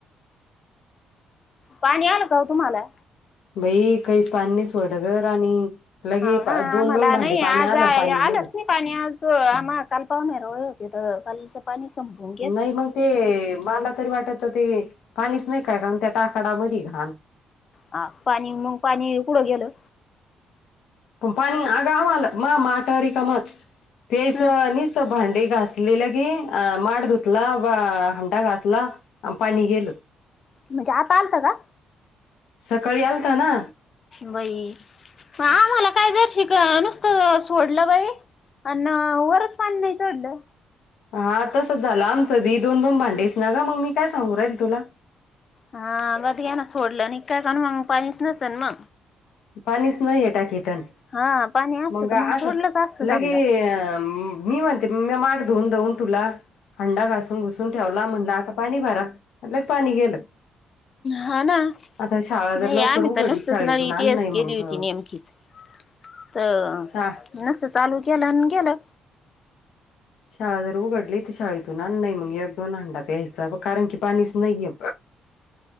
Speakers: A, on the left; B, on the left.
A: पाणी आलं का वो तुम्हाला?
B: बाई, काहीच पाणी नाही सोड ग राणी. लगे
A: हाव ना
B: दोन
A: आम्हाला
B: दोन
A: नाही
B: भांडे पाणी
A: आज आ-
B: आलं. पाणी
A: आलंच
B: गेलं.
A: नाही पाणी आज आम्हा काल पाहुणे रावळे होते तर कालच पाणी संपलं.
B: नाही मग ते, मला तरी वाटत होते. पाणीच नाही काय कारण त्या टाकाडामध्ये घाण
A: हा पाणी मग पाणी कुठ गेलं?
B: पण पाणी आ गं आम्हाला माट रिकामाच. प्यायचं
A: हा
B: निस त भांडी घासलेलं की, माठ धूत ला. हंडा घासला आणि पाणी गेल.
A: म्हणजे आता आलतं का?
B: सकाळी आलता ना.
A: बाई, आम्हाला कायदर्शीक नुसतं सोडलं बाई. आण वरच पाणी नाही जोडलं.
B: हा तसंच झालं. आमचं बी दोन दोन भांडीस ना ग मग मी काय सांगून राहीली तुला.
A: हा बघ घ्याना सोडलं न काय आणून मग पाणीच नसेल ना.
B: पाणीस नाही आहे टाकीत आणि
A: हा पाणी असतं
B: मंग
A: तर
B: असं
A: मग सोडलंच असतं
B: लगे
A: समजा.
B: मी म्हणते, म्या माठ धुऊन धूऊन धूवला. हांडा घासून पूसून ठेवला. म्हणला आता पाणी भरा. म्हणलं पाणी गेलं.
A: हा ना नाही
B: आता शाळा जर लवकर
A: आम्ही
B: उघडली
A: तर नुसतच
B: शाळेतून
A: नळी
B: आण
A: तिथच
B: नाही मग
A: केली होती. नेमकीच तर,
B: शा
A: नसतं चालू केलं आणि गेलं.
B: शाळा जर उघडली तर शाळेतून आण नाही मग एक दोन अंडा दयायचा कारण की पाणीच नाहीय.